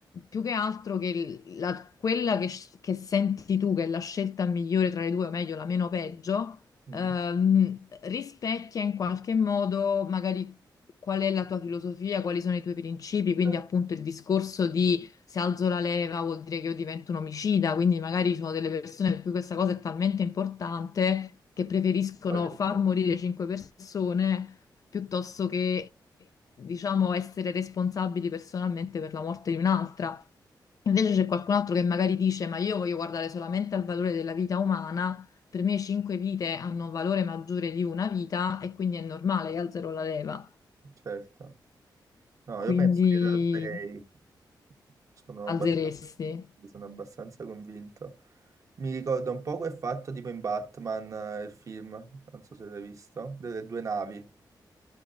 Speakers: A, on the left (about 50°); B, on the right (about 45°).
A: più che altro che il- la- quella che che senti tu, che è la scelta migliore tra le due, o meglio, la meno peggio
B: Mm.
A: ehm, rispecchia in qualche modo magari qual è la tua filosofia, quali sono i tuoi principi, quindi
B: Eh,
A: appunto il discorso di se alzo la leva vuol dire che io divento un omicida, quindi magari ci sono delle persone per cui questa cosa è talmente importante che preferiscono
B: farebbe,
A: far morire cinque persone piuttosto che, diciamo, essere responsabili personalmente per la morte di un'altra. Invece c'è qualcun altro che magari dice: Ma io voglio guardare solamente al valore della vita umana, per me cinque vite hanno un valore maggiore di una vita e quindi è normale che alzerò la leva.
B: Certo. No,
A: Quindi
B: io penso che lo alzerei. Sono abbastanza,
A: alzeresti.
B: sì, sono abbastanza convinto. Mi ricorda un po' quel fatto tipo in Batman, eh, il film, non so se l'hai visto, delle due navi.